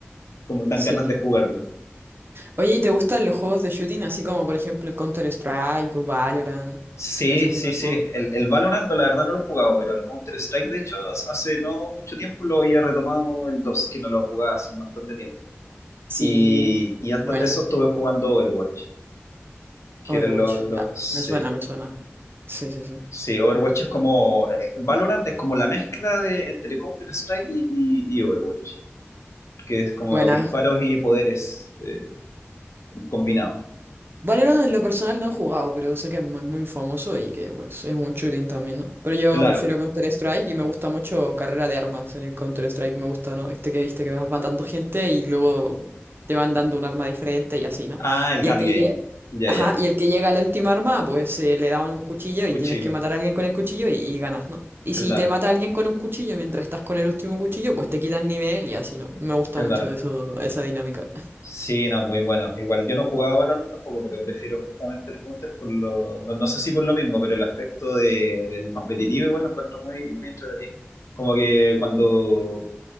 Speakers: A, on the left (about 85°); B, on the right (about 50°).
A: como dan
B: Sí.
A: ganas de jugarlo.
B: Oye, ¿y te gustan los juegos de shooting? Así como, por ejemplo, el Counter-Strike, o Valorant,
A: Sí,
B: ese tipo
A: sí,
B: de
A: sí.
B: juegos.
A: El, el Valorant, la verdad, no lo he jugado, pero el Counter-Strike, de hecho, hace hace no mucho tiempo lo había retomado el 2 que no lo jugaba hace un montón de tiempo.
B: Sí,
A: Y, y antes
B: buena.
A: de eso estuve jugando Overwatch, que
B: Overwatch.
A: eran los, los,
B: Ya, me suena,
A: sí.
B: me suena. Sí, sí, sí.
A: Sí, Overwatch es como. eh, Valorant es como la mezcla de entre Counter-Strike y, y- y Overwatch. Que es como
B: Buena.
A: disparos y poderes eh, combinados.
B: Valorant en lo personal no he jugado, pero sé que es muy, muy famoso y que pues, es un shooting también, ¿no? Pero yo
A: Claro.
B: prefiero Counter-Strike y me gusta mucho carrera de armas en el Counter-Strike, me gusta, ¿no? Este que viste que vas matando gente y luego te van dando un arma diferente y así, ¿no?
A: Ah, el
B: Y
A: Gun
B: el que,
A: Game.
B: lle-
A: Ya,
B: Ajá,
A: ya.
B: y el que llega a la última arma, pues se le da un cuchillo y
A: Cuchillo.
B: tienes que matar a alguien con el cuchillo y, y ganas, ¿no? Y
A: Claro,
B: si te mata alguien con un cuchillo mientras estás con el último cuchillo, pues te quitan nivel y así, ¿no? Me gusta
A: claro.
B: mucho eso, esa dinámica.
A: Sí, no, muy bueno. Igual yo no jugaba Valorant tampoco, pero prefiero justamente el Counter por lo. No, no sé si por lo mismo, pero el aspecto de- del competitivo igual lo encuentro muy, muy entretenido. Como que cuando